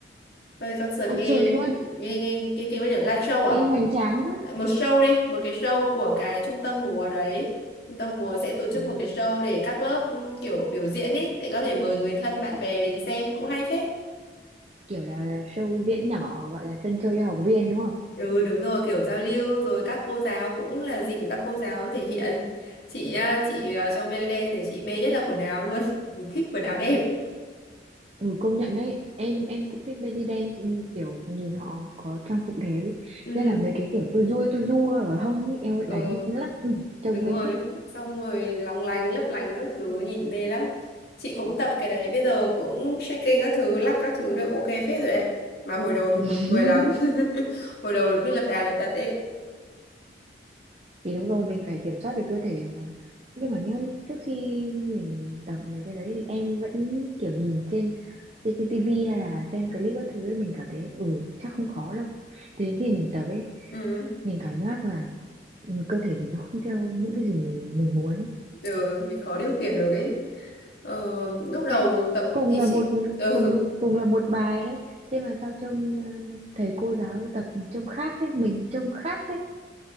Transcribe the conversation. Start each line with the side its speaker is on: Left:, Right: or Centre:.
Left: Bây giờ concert
Right: Concert
Left: nghe
Right: luôn,
Left: nghe nghe cái kiểu như là live show à?
Right: nghe hoành tráng quá.
Left: Tại Một show đi, một cái show của cái trung tâm múa đấy. Trung tâm múa sẽ tổ chức
Right: À,
Left: một cái show để các lớp ừ, kiểu biểu diễn ấy, để có thể mời người thân bạn bè đến xem cũng hay phết.
Right: kiểu là show diễn nhỏ gọi là sân chơi cho học viên đúng
Left: Ừ đúng rồi, kiểu giao lưu rồi các cô giáo cũng là dịp để các cô giáo thể hiện. Chị à, chị à, trong Melody thì chị mê nhất là quần áo luôn. <laughs> Mình thích quần áo đẹp.
Right: Ừ, công nhận đấy em em cũng thích belly dance ừ, kiểu nhìn họ có trang phục đẹp ấy
Left: Ừ,
Right: nhất là mấy cái kiểu tua rua tua rua ở hông ấy eo
Left: ừ
Right: đánh lắc ừ, trông
Left: đúng
Right: mê
Left: rồi
Right: thế
Left: xong rồi lóng lánh lấp lánh các thứ nhìn mê lắm chị cũng tập cái đấy bây giờ cũng shaking các thứ lắc các thứ được ok phết rồi đấy mà hồi đầu thì
Right: <laughs>
Left: buồn cười lắm <laughs> hồi đầu cứ lật đà lật đật ấy
Right: thì đúng rồi mình phải kiểm soát được cơ thể mà nhưng mà nhá trước khi mình tập mấy cái đấy thì em vẫn kiểu nhìn trên trên, trên tivi hay là xem clip các thứ ấy, mình cảm thấy ừ chắc không khó đâu thế đến khi mình tập ấy
Left: ừ,
Right: mình cảm giác là ừ, cơ thể mình nó không theo những cái gì mình muốn
Left: ừ mình khó điều khiển được ấy ờ, lúc đầu
Right: đấy
Left: tập
Right: cùng
Left: thì
Right: là
Left: chị
Right: một
Left: <laughs> ừ,
Right: cùng cùng là một bài đấy thế mà sao trông ờ, thầy cô giáo ấy tập trông khác đấy mình trông khác đấy